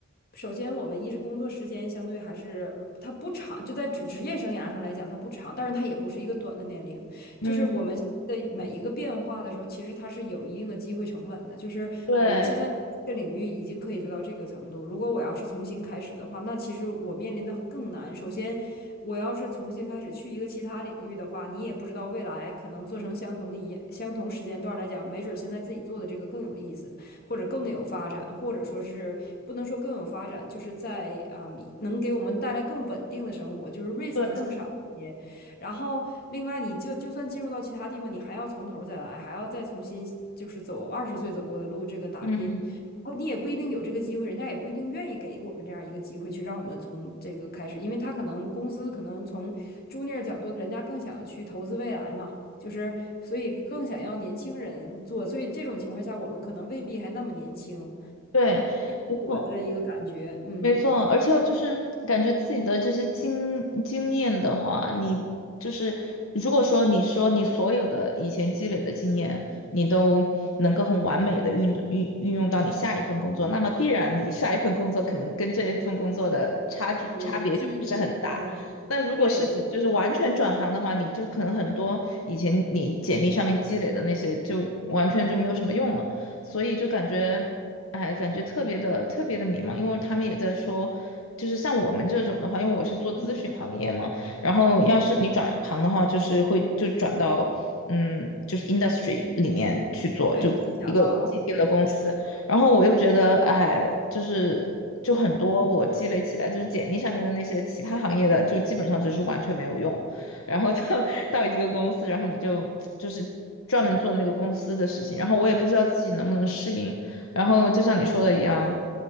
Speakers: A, on the left; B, on the left.
A: 首先，我们一是工作时间相对还是它不长，就在职职业生涯上来讲，它不长，但是它也不是一个短的年龄。
B: 嗯，
A: 就是我们现在的每一个变化的时候，其实它是有一定的机会成本的。就是我们现在这个领域已经可以做到这个程度，
B: 对
A: 如果我要是重新开始的话，那其实我面临的更难。首先，我要是重新开始去一个其他领域的话，你也不知道未来可能做成相同的一相同时间段来讲，没准儿现在自己做的这个更有意思。或者更有发展，或者说是不能说更有发展，就是在啊、嗯能给我们带来更稳定的生活，就是 risk
B: 对，
A: 更少一些。然后另外，你就就算进入到其他地方，你还要从头再来，还要再重新就是走二十岁走过的路，这个打拼。
B: 嗯
A: 然后你也不一定有这个机会，人家也不一定愿意给我们这样一个机会去让我们从这个开始，因为他可能公司可能从 junior 角度，人家更想去投资未来嘛。就是，所以更想要年轻人做，所以这种情况下，我们可能未必还那么年轻。
B: 对，没错。
A: 我的一个感觉，嗯，
B: 没错，而且我就是感觉自己的这些经经验的话，你就是如果说你说你所有的以前积累的经验，你都能够很完美的运运运用到你下一份工作，那么必然你下一份工作可能跟这一份工作的差距差别就不是很大。
A: 有联系，对对，
B: 但如果是你就是完全转行的话，你就可能很多以前你简历上面积累的那些就完全就没有什么用了，所以就感觉。哎，感觉特别的特别的迷茫，因为他们也在说，就是像我们这种的话，因为我是做咨询行业嘛，
A: 嗯
B: 然后要是你转行的话，
A: 嗯，
B: 就是会就转到嗯，就是 industry 里面去做，
A: 对，
B: 就一个既定的公司。
A: 去甲方，对，
B: 然后我又觉得，哎，就是就很多我积累起来，就是简历上面的那些其他行业的，就基本上就是完全没有用。然后到 <laughs> 到一个公司，然后你就就是专门做那个公司的事情，然后我也不知道自己能不能适应。然后就像你说的一样，